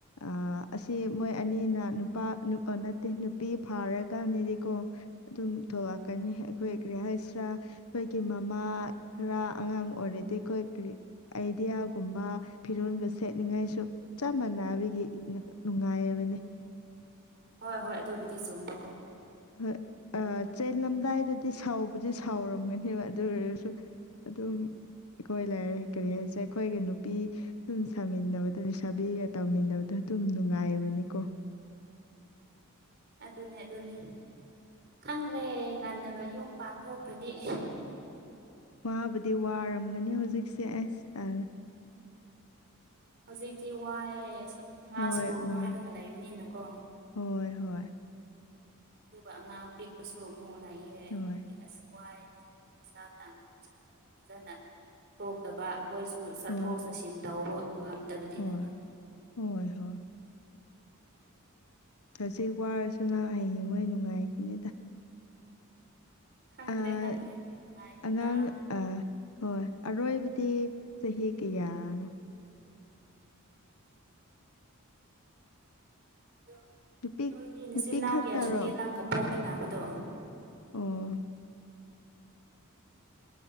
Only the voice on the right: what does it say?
ꯍꯣꯏ ꯍꯣꯏ ꯑꯗꯨꯕꯨꯗꯤ ꯆꯨꯝꯕꯀꯣ
ꯑꯗꯨꯅꯦ ꯑꯗꯨꯅꯦ ꯈꯪꯗ꯭ꯔꯦ ꯉꯟꯅꯒ ꯌꯨꯝ ꯄꯥꯟꯊꯣꯛꯈ꯭ꯔꯗꯤ ꯑꯦ
ꯍꯧꯖꯤꯛꯇꯤ ꯋꯥꯑꯦ ꯉꯥ
ꯁ꯭ꯀꯨꯜ
ꯀꯥꯔꯒ ꯂꯩꯕꯅꯤꯅꯀꯣ
ꯑꯗꯨꯒ ꯑꯉꯥꯡ ꯑ ꯄꯤꯛꯄꯁꯨ ꯑꯃꯨꯛ ꯂꯥꯛꯑꯦ
ꯑꯁ ꯋꯥꯏ ꯄꯩꯁꯥ ꯇꯥꯡꯕ ꯑꯃꯁꯨꯡ ꯐꯖꯅ ꯊꯣꯛꯇꯕ ꯑꯩꯈꯣꯏꯁꯨ ꯆꯠꯊꯣꯛ
ꯆꯠꯁꯤꯟ ꯇꯧꯕ ꯉꯝꯗꯕꯅꯤꯅꯀꯣ
ꯈꯪꯗ꯭ꯔꯦ
ꯈꯪꯗ꯭ꯔꯦ ꯅꯨꯡꯉꯥꯢꯒꯗꯔꯥ
ꯑꯗꯣ
ꯅꯣꯏꯗꯤ ꯅꯆꯤꯟꯅꯥꯎꯒꯤꯌꯥ
ꯁꯨꯒꯦ ꯅꯪꯒ ꯄꯣꯛꯃꯤꯟꯅꯕꯗꯣ